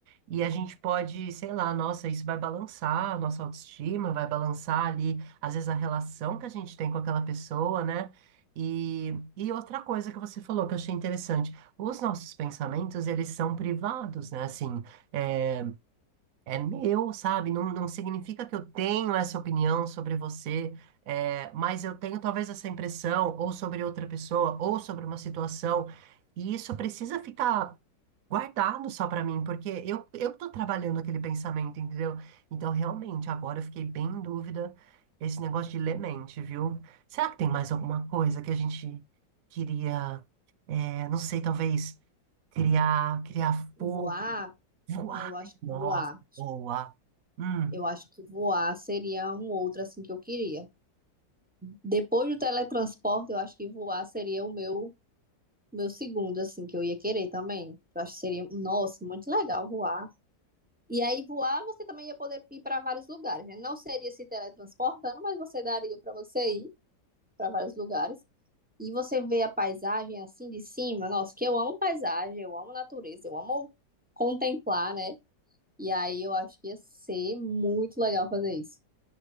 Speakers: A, on the right; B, in the centre.
A: E a gente pode, sei lá, nossa, isso vai balançar a nossa autoestima, vai balançar ali, às vezes, a relação que a gente tem com aquela pessoa, né? E, e outra coisa que você falou que eu achei interessante, os nossos pensamentos, eles são privados, né? Assim, é é meu, sabe? Não, não significa que eu tenho essa opinião sobre você, é, mas eu tenho talvez essa impressão, ou sobre outra pessoa, ou sobre uma situação, e isso precisa ficar guardado só pra mim, porque eu, eu tô trabalhando aquele pensamento, entendeu? Então, realmente, agora eu fiquei bem em dúvida esse negócio de ler mente, viu? Será que tem mais alguma coisa que a gente queria, é, não sei, talvez criar, criar
B: voar.
A: fogo, voar?
B: Não, eu acho que
A: Nossa,
B: voar.
A: boa. Hum.
B: Eu acho que voar seria um outro assim que eu queria. Depois do teletransporte, eu acho que voar seria o meu. Meu segundo, assim, que eu ia querer também. Eu acho que seria, nossa, muito legal voar. E aí, voar, você também ia poder ir para vários lugares, né? Não seria se teletransportando, mas você daria para você ir para vários lugares. E você vê a paisagem assim de cima. Nossa, que eu amo paisagem, eu amo natureza, eu amo contemplar, né? E aí, eu acho que ia ser muito legal fazer isso.